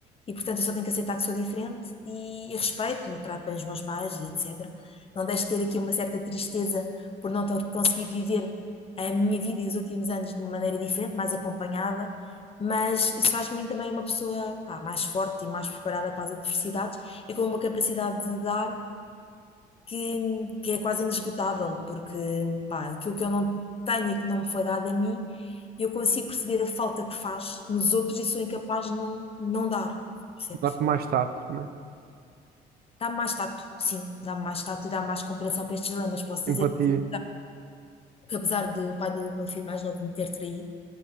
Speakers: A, on the left (about 35°); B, on the right (about 65°).
A: e, portanto, eu só tenho que aceitar que sou diferente e respeito e trato bem os meus pais e etc. Não deixo de ter aqui uma certa tristeza por não ter conseguido viver a minha vida e os últimos anos de uma maneira diferente, mais acompanhada, mas isso faz de mim também uma pessoa, pá, mais forte e mais preparada para as adversidades e com uma capacidade de dar que, que é quase inesgotável, porque pá, aquilo que eu não tenho e que não me foi dado a mim, eu consigo perceber a falta que faz nos outros e sou incapaz de não, não dar, percebes?
B: Dá-te mais tato, né?
A: Dá-me mais tato, sim, dá-me mais tato e dá-me mais compreensão para estes dilemas. Posso
B: Empatia.
A: dizer que, que apesar do pai do meu filho mais novo me ter traído,